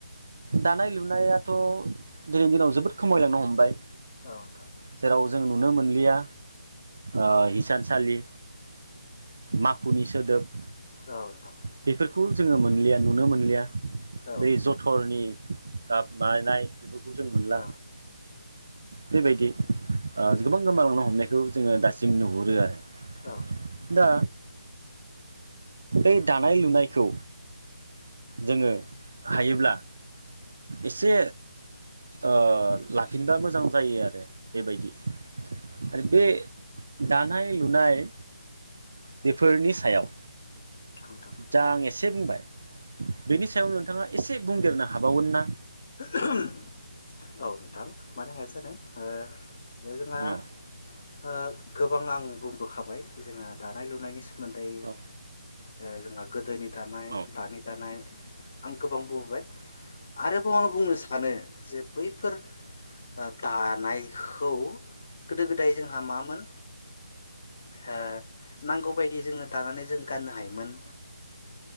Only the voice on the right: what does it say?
दानाय लुनायाथ' दिनैनि दिनाव जोबोद खमायलांनो हमबाय
जेराव जों नुनो मोनलिया ओ हिसानसालि माखुनि सोदोब
बेफोरखौ जोङो मोनलिया नुनो मोनलिया
बै जथरनि गाब बानायनाय बेफोरखौ जों मोनला
बेबायदि ओ गोबां गोमालांनो हमनाय खौ जोङो दासिम नुहुरो आरो
दा बै दानाय लुनायखौ जोङो हायोब्ला एसे ओ लाफिनबा मोजां जायो आरो बेबायदि आरो बे दानाय लुनाय बेफोरनि सायाव
जा आं एसे बुंबाय बेनि सायाव नोंथाङा एसे दे बुंदेरनो हाबावगोन ना
औ
औ
औ उम औ उम औ